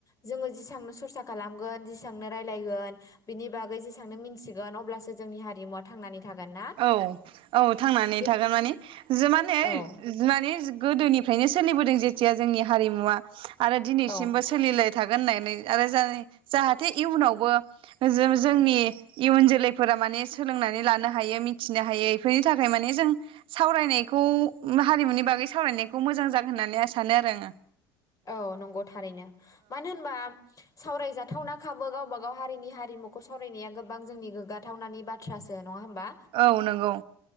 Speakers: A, on the left (about 30°); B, on the right (about 50°).
A: जोंङो जिसिबांनो सरसा खालामगोन जिसि बेसेबांनो रायलायगोन बिनि बागै जेसेबांनो मिथिगोन अब्लासो जोंनि हारिमुवा थांनानै थागोन ना
B: औ औ थांनानै
A: बे
B: थागोन माने जिमाने
A: औ
B: माने गोदोनिफ्रायनो सोलिबोदों जेथिया जोंनि हारिमुवा आरो दिनैसिमबो
A: औ
B: सोलिलाय थागोन होननानै जाय जाहाथे इयुनावबो जोंनि इयुन जोलैफोरा माने सोलोंनानै लानो हायो मिथिनो हायो इफोरनि थाखाय माने जों सावरायनायखौ हारिमुनि बागै सावरायनायखौ मोजां जागोन होननानै आं सानो आरो आङो।
A: औ नंगौ थारैनो मानो होनबा सावरायजाथावना खाबो गावबा गाव हारिनि हारिमुखौ सावरायनाया गोबां जोंनि गोग्गाथावनानि बाथ्रासो नङा होमबा?
B: औ नंगौ